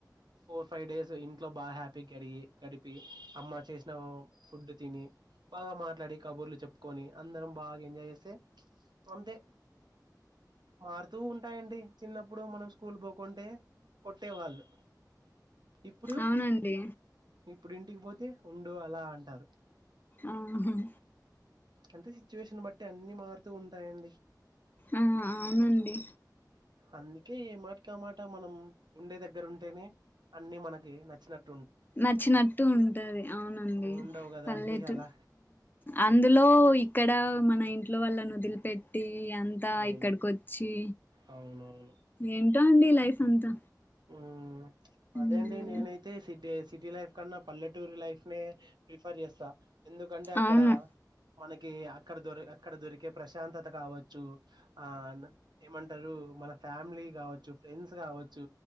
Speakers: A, on the right; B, on the left.
A: ఫోర్ ఫైవ్ డేస్ ఇంట్లో బాగా హ్యాపీ గాడిగి, గాడిపి అమ్మ చేసిన ఫుడ్ తిని. బాగా మాట్లాడి కబుర్లు చెప్పుకొని. అందరం బాగా ఎంజాయ్ చేస్తే. ప్చ్ అంతే మారుతూ ఉంటాయండి. చిన్నప్పుడు మనం స్కూల్ పోకుంటే. కొట్టేవాళ్ళు ఇప్పుడు?
B: అవునండి
A: ఇప్పుడు ఇంటికి పోతే ఉండు అలా అంటారు.
B: ఆహాం
A: అంతే సిచ్యువేషన్ బట్టి అన్ని మారుతూ ఉంటాయండి.
B: ఆహ్ అవునండి
A: అందుకే ఏమాటికమాట మనం. ఉండే దగ్గర ఉంటేనే అన్ని మనకి నచ్చినట్
B: నచ్చినట్టు ఉంటది. అవునండి
A: ఉండవు కదా
B: పల్లెటూ
A: అండి అలా
B: అందులో పోయ్ ఇక్కడ మన ఇం ట్లో వల్ళ వదిలిపెట్టి. అంతా
A: అవును
B: ఇక్కడికోచ్చి.
A: అవునవును
B: ఏం ఆ అండి లైఫ్ అంతా
A: ఉహ్ అదే
B: మ్మ్
A: అండి నేనైతే సి. టి ఐస్ సి. టీ లైఫ్ కన్నా, పల్లెటూరి లైఫ్ ప్రిఫర్ చేస్తా. ఎందుకంటే అక్కడ?
B: అవును
A: మనకి అక్కడ దొరే అక్కడ దొరికే ప్రశాంతత కావచ్చు. ఆ నా ఏమంటారు. మన ఫ్యామిలీ గావచ్చు. ఫ్రెండ్స్ కావచ్చు.